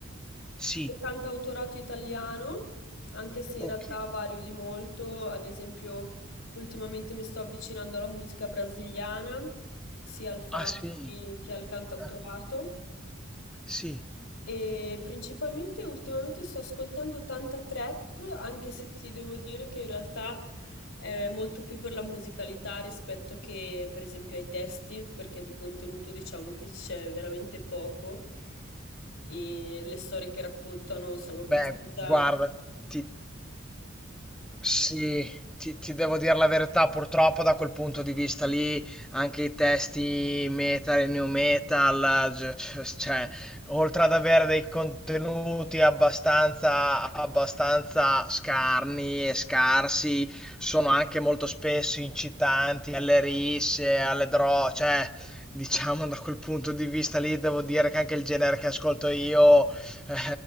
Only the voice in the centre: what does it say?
Sì.
Ok.
Ah sì.
Ah, sì.
Beh, guarda, ti, Sì, ti, ti devo dire la verità, purtroppo da quel punto di vista lì anche i testi metal e new metal, gi- c- cioè, oltre ad avere dei contenuti abbastanza, abbastanza scarni e scarsi, sono anche molto spesso incitanti alle risse, alle droghe, cioè, diciamo da quel punto di vista lì devo dire che anche il genere che ascolto io eh,